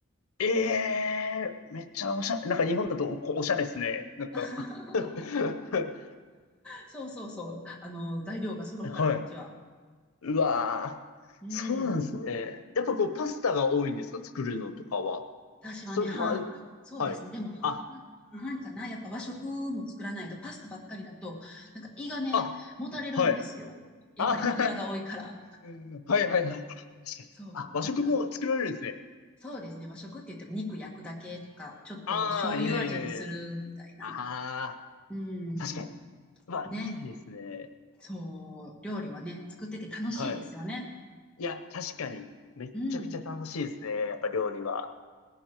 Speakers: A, on the left; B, in the centre.
A: ええめっちゃおしゃれ、なんか日本だとこうおしゃれですね。なんか
B: <laughs>
A: <laughs>
B: そうそうそう。あの、材料が揃うから、
A: はい。
B: こっちは。
A: うわー。
B: うん。
A: そうなんですね。やっぱこうパスタが多いんですか作るのとかは。
B: 私はね、
A: それも、
B: 半、
A: まあ
B: そうですね。
A: はい。
B: でも半々、
A: あ、
B: 半々かな。やっぱ和食も作らないと、パスタばっかりだと、なんか胃がね、
A: あ、
B: もたれるんですよ。
A: はい。
B: やっぱり油が多いから。
A: あ、はいはいはいはい。あ確かに。
B: そう。
A: あ、和食も作られるんですね。
B: だから、そうですね。和食って言っても肉焼くだけとか、ちょっと醤油味にするみたいな。
A: ああ、いえいえいえ。ああ、
B: うん。
A: 確かに。まあ、
B: ね。
A: いいですね。
B: そう、料理はね、作ってて楽しいですよね。
A: はい。いや、確かに、めっちゃくちゃ楽しいですね。
B: うん。
A: やっぱ料理は。